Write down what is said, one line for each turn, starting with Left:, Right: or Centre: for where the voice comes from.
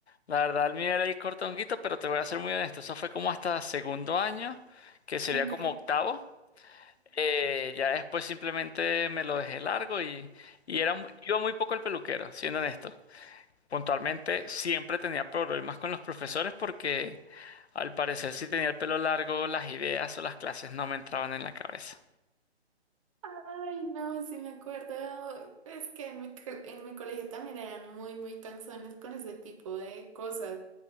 Left: La verdad, el mío era ir cortonguito, pero te voy a ser muy honesto. Eso fue como hasta segundo año, que sería
Right: ok.
Left: como octavo. Eh, ya después simplemente me lo dejé largo y, y era, mu- iba muy poco el peluquero, siendo honesto. Puntualmente siempre tenía problemas con los profesores porque al parecer si tenía el pelo largo, las ideas o las clases no me entraban en la cabeza.
Right: Ay, no, sí me acuerdo. Es que en mi, co- en mi colegio también eran muy, muy cansones con ese tipo de cosas.